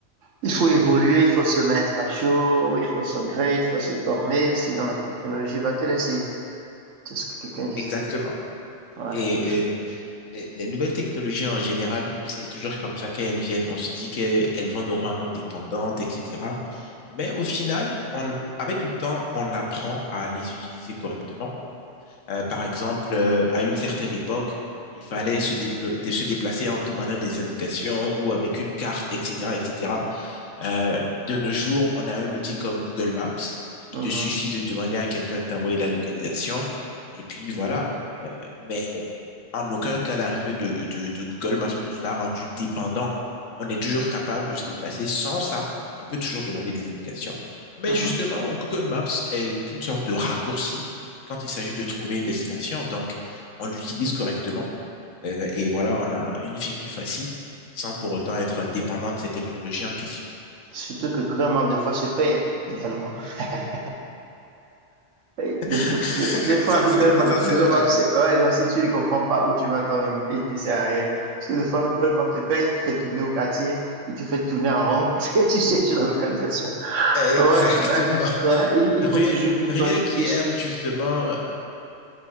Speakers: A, on the right (about 80°); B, on the left (about 80°).
A: Il faut évoluer, il faut se mettre à jour, il faut s'upgrade, il faut se former, sinon la technologie va te laisser. C'est ce que quelqu'un disait.
B: Exactement.
A: Ouais,
B: Et
A: faut... se-
B: euh, les, les nouvelles technologies en général, c'est toujours comme ça qu'elles viennent. On se dit qu'elles vont nous rendre dépendantes, etc. Mais au final, on, avec le temps, on apprend à les utiliser correctement. Euh, par exemple, euh, à une certaine époque, il fallait se, déplo- de- se déplacer en demandant des indications ou avec une carte, etc., etc. Euh, de nos jours, on a un outil comme Google Maps. Il
A: Mhm,
B: te suffit de demander à quelqu'un de t'envoyer la localisation. Et puis voilà. Euh, mais en aucun cas, l'arrivée de, de, de Google Maps nous a rendu dépendants. On est toujours capable de se déplacer sans ça. On peut toujours demander des indications. Mais
A: mhm.
B: justement, Google Maps est une sorte de raccourci quand il s'agit de trouver une destination. Donc, on l'utilise correctement. Euh, et voilà, on a une vie plus facile sans pour autant être dépendant de ces technologies en question.
A: Surtout que Google Maps, des fois, se perd également. <laughs> Des, des-
B: <laughs> Ça,
A: des- des fois, Google
B: c'est
A: Maps,
B: ça, c'est
A: Google
B: vrai.
A: Maps, c'est- ouais, donc si tu ne comprends pas où tu vas toi-même, il te sert à rien. Parce que des fois, Google Maps te paye, il te fait tourner au quartier, il te fait tourner en rond parce que tu cherches la localisation.
B: Exactement.
A: Ouais, ouais. Donc, il, il
B: Rien,
A: faut toujours que toi,
B: rien
A: tu
B: qu'hier,
A: puisses.
B: justement, euh,